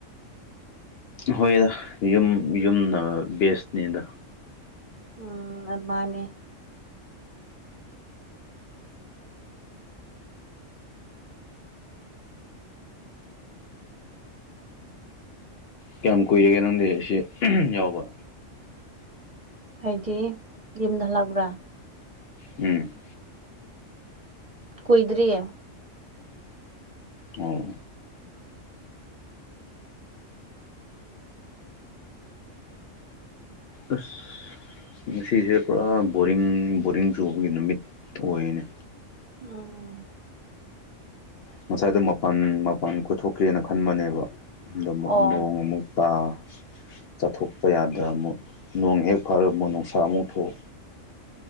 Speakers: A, on the left; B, on the right.
A: ꯍꯣꯏꯗ ꯌꯨꯝ ꯌꯨꯝꯅ ꯕꯦꯁꯅꯦꯗ
B: ꯎꯝ ꯑ ꯃꯥꯅꯦ
A: ꯀꯌꯥꯝ ꯀꯨꯏꯔꯒꯦ ꯅꯪꯗꯤ ꯁꯤ ꯌꯥꯎꯕ
B: ꯍꯥꯏꯗꯤ ꯌꯨꯝꯗ ꯍꯂꯥꯛꯄ꯭ꯔꯥ
A: ꯎꯝ
B: ꯀꯨꯏꯗ꯭ꯔꯤꯌꯦ
A: ꯑꯣ ꯑꯁ ꯉꯁꯤꯁꯦ ꯄꯨꯔꯥ ꯕꯣꯔꯤꯡ ꯕꯣꯔꯤꯡ ꯆꯨꯕꯒꯤ ꯅꯨꯃꯤꯠ ꯑꯣꯏꯅꯦ
B: ꯎꯝ
A: ꯉꯁꯥꯏꯗꯣ ꯃꯄꯥꯟ ꯃꯄꯥꯟ ꯀꯣꯏꯊꯣꯛꯀꯦꯅ ꯈꯟꯕꯅꯦꯕ ꯑꯗꯣ ꯑꯃꯨꯛ
B: ꯑꯣ
A: ꯅꯣꯡ ꯑꯃꯨꯛ ꯇꯥ ꯆꯥꯊꯣꯛꯄ ꯌꯥꯗ ꯑꯃꯨꯛ ꯅꯣꯡ ꯍꯦꯛ ꯐꯔ ꯄꯨꯛ ꯅꯨꯡꯁꯥ ꯑꯃꯨꯛ ꯊꯣꯛ